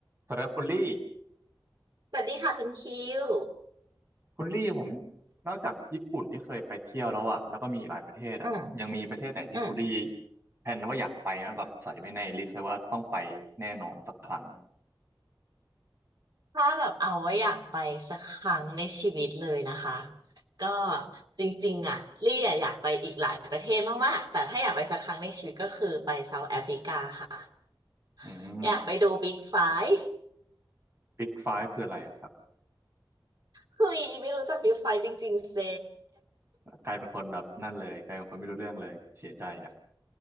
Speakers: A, on the right (about 35°); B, on the right (about 55°).
A: สำหรับคุณลี่
B: สวัสดีค่ะคุณคิว
A: คุณลี่ผมนอกจากญี่ปุ่นที่เคยไปเที่ยวแล้วอ่ะแล้วก็มีอีกหลายประเทศอ่ะยังมีประเทศไหนที่คุณลี่
B: อืม อืม
A: แผนว่าอยากไปไหมแบบใส่ไว้ในลิสต์ไว้ว่าต้องไปแน่นอนสักครั้ง
B: ถ้าแบบเอาไว้อยากไปสักครั้งในชีวิตเลยนะคะ ก็จริงๆอ่ะลี่อะอยากไปอีกหลายประเทศมากๆ แต่ถ้าอยากไปสักครั้งในชีวิตก็คือไปเซาท์แอฟริกาค่ะ
A: อืม
B: อยากไปดูบิ๊กไฟว์
A: บิ๊กไฟว์คืออะไรครับ
B: เฮ้ยไม่รู้จักบิ๊กไฟว์จริงๆเซ
A: กลายเป็นคนแบบนั่นเลยกลายเป็นคนไม่รู้เรื่องเลยเสียใจอ่ะ